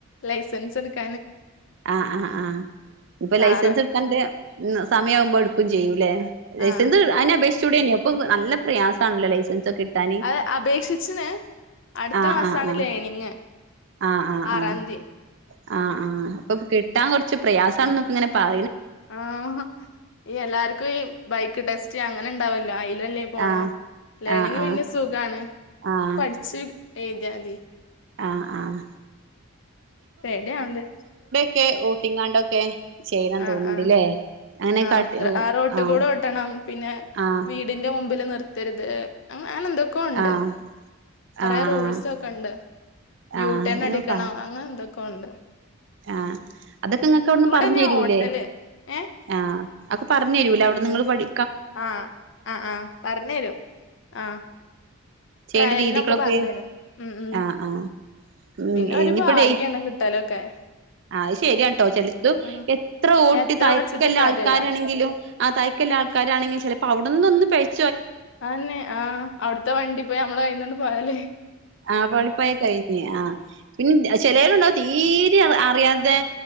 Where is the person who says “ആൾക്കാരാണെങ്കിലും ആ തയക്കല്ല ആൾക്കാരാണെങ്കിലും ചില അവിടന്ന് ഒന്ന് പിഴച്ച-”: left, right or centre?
Right